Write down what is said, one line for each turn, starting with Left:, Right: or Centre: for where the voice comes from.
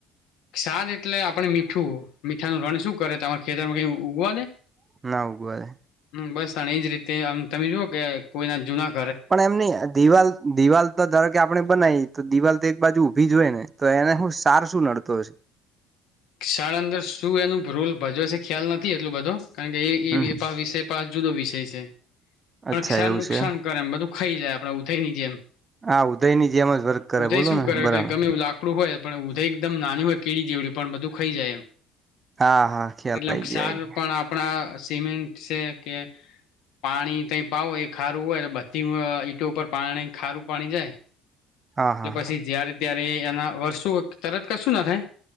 Left: ક્ષાર એટલે મીઠું, મીઠા નનું રન શું કરે, તમારા ખેતરમાં ક ઉગવા દે?
Right: <unintelligible>
Left: બસ ત એજ રીતે આમ, તમે જુઓ કે કોઈ ને જુના
Right: પણ, એમની દીવાલ દિવાલ ધારો કે આપણે બનાવી, તો દિવાલ તો એક બાજુ ઊભી જ હોય, ને તો એને હું, સાર શું નડતો હશે?
Left: શાળા અંદર શું એનું રોલ ભજવે છે ખ્યાલ નથી, એટલો બધો કારણ, કે એ
Right: હમ
Left: પા વિષય પા જુદો વિષય છે. પણ
Right: અચ્છા
Left: સારુ
Right: એવું
Left: નુકસાન,
Right: છે
Left: કરે એમ બધું ખાઈ જાય આપડે ઉધઈની જેમ
Right: હા ઉદયની જેમ જ વર્ક કરે
Left: ઉધય
Right: બોલો
Left: શું
Right: ને
Left: કરે
Right: બરાબર
Left: ગમે, એું લાકડું હોય પણ ઉધય એકદમ નાની હોય, કીડી જેવ. પણ બધું ખાઈ જાય, એમ
Right: હા હા ખ્યાલ
Left: એટલે
Right: આઈ ગયો
Left: સાર
Right: આઈ
Left: પણ આપણા સીમેન્ટ છે કે પાણી ત પાવો એ ખારું હોય, બધી ઈંટો ઉપર પા ખારું પાણી જાય
Right: ગયો
Left: એટલે
Right: હા
Left: પછી,
Right: હા
Left: જય્યારે ત્યારે એના વર્ષો તરત કશું ના થાય